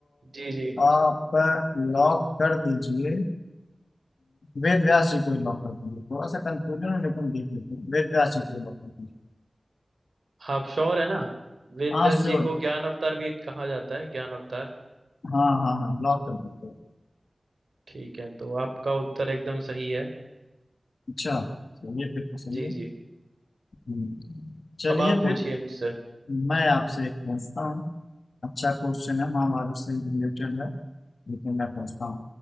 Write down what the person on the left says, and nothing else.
आप लॉक कर दीजिए वेदव्यास जी को ही लॉक कर दीजिए थोड़ा सा कंफ्यूजन है लेकिन देख लेते हैं वेदव्यास जी को ही लॉक कर दीजिए
हाँ
श्योर
हाँ हाँ हाँ लॉक कर दीजिए
अच्छा चलिए फिर तो सही
है
हम्म। चलिए
फिर
मैं आपसे एक पूछता हूँ अच्छा क्वेश्चन है महाभारत से रिलेटेड है लेकिन मैं पूछता हूँ